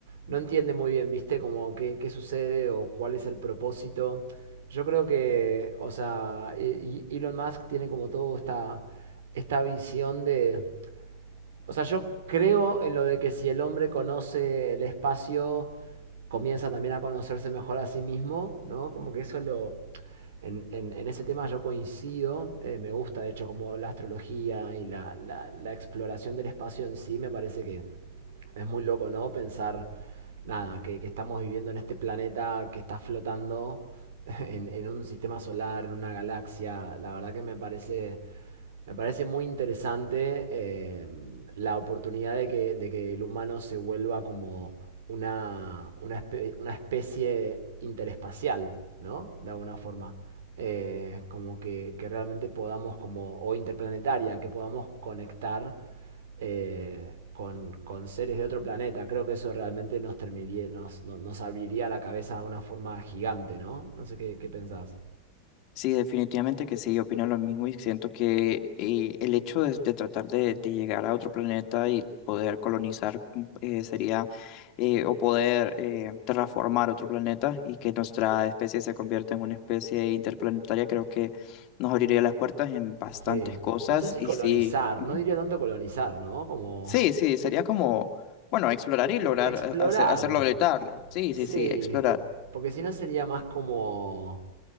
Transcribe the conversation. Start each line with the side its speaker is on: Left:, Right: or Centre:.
Right: no entiende muy bien, ¿viste? Como qué, qué sucede o cuál es el propósito. Yo creo que, o sea, e- e- Elon Musk tiene como todo esta, esta visión de O sea, yo creo en lo de que si el hombre conoce el espacio, comienza también a conocerse mejor a sí mismo, ¿no? Como que eso lo... En, en- en ese tema yo coincido, eh, me gusta de hecho como la astrología y la, la- la exploración del espacio en sí, me parece que es muy loco, ¿no? Pensar, nada, que, que estamos viviendo en este planeta que está flotando <laughs> en, en un sistema solar, en una galaxia, la verdad que me parece me parece muy interesante eh, la oportunidad de que, de que el humano se vuelva como una, una, espe- una especie interespacial, ¿no? De alguna forma. Eh, como que, que realmente podamos, como, o interplanetaria, que podamos conectar eh, con, con seres de otro planeta. Creo que eso realmente nos, terminaría, nos, no- nos abriría la cabeza de una forma gigante, ¿no? No sé qué, qué pensás.
Left: Sí, definitivamente que sí, opino lo mismo y siento que eh, el hecho de, de tratar de, de llegar a otro planeta y poder colonizar mm, eh, sería, eh, o poder eh, terraformar otro planeta y que nuestra especie se convierta en una especie interplanetaria, creo que nos abriría las puertas en bastantes
Right: Sí.
Left: cosas
Right: No sé si
Left: y
Right: colonizar,
Left: sí, ujú.
Right: no diría tanto colonizar, ¿no? Como
Left: Sí, sí, sería como, bueno, explorar y lograr
Right: explorar.
Left: eh, hacer, hacerlo habilitarlo. Sí,
Right: Sí.
Left: sí, sí, explorar.
Right: Porque si no sería más como,